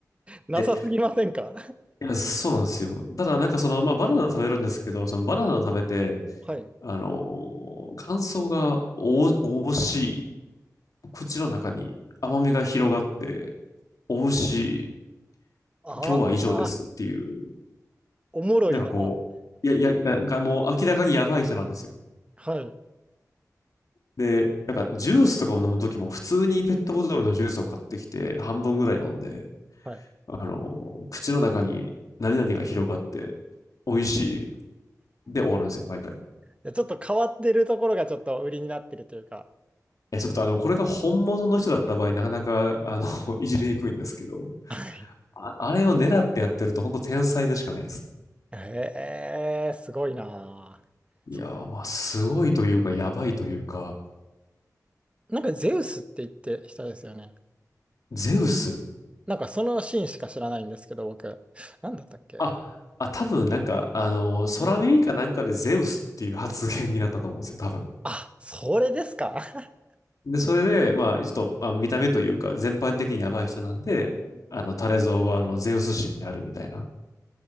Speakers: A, on the right; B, on the left.
A: なさすぎませんか
B: で、いやそうなんですよ。ただなんかその、まあバナナを食べるんですけど、そのバナナを食べて、
A: <laughs> はい。
B: あの、感想がお、おしい口の中に甘みが広がって、美味し
A: ああ、
B: い、今日は以上ですっていう、
A: おもろいな。
B: なんかこう、いや、いや、なんかもう明らかにやばい人なんですよ。
A: はい。
B: で、なんかジュースとかを飲むときも普通にペットボトルのジュースを買ってきて半分ぐらい飲んで、
A: はい。
B: あの、口の中に何々が広がって美味しいで終わるんですよ、毎回。
A: でちょっと変わってるところがちょっと売りになってるというか。
B: え、ちょっとあの、これが本物の人だった場合、なかなか、あの、<laughs> いじりにくいんですけど、
A: はい。
B: あ、あれを狙ってやってると本当天才でしかないです。
A: へえ、すごいな。
B: いやー、
A: そん
B: まあ、すごいというか、やばいというか、
A: なんかゼウスって言って人ですよね。
B: ゼウス。
A: なんかそのシーンしか知らないんですけど、僕。なんだったっけ
B: あ、あ、多分なんか、あの空耳かなんかでゼウスっていう発言になったと思うんですよ、
A: うん
B: 多分。
A: あ、それですか <laughs>
B: で、それで、まあ、ちょっと、あ、見た目というか、全般的にやばい人なんで、あの、タレゾウは、あの、ゼウス神であるみたいな。